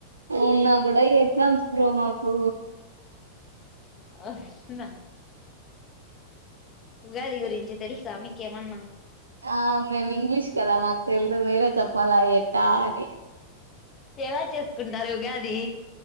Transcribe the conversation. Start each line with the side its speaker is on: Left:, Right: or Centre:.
Right: ఉన్న కూడా ఈ ఎగ్జామ్స్ బ్రో మాకు
Left: అవునా ఉగాది గురించి తెలుసా మీకేమన్నా
Right: ఆ మేము ఇంగ్లీష్ కదా మాకు తెలువది మీరే చెప్పాలా ఎట్ట అని
Left: ఎలా చేసుకుంటారు ఉగాది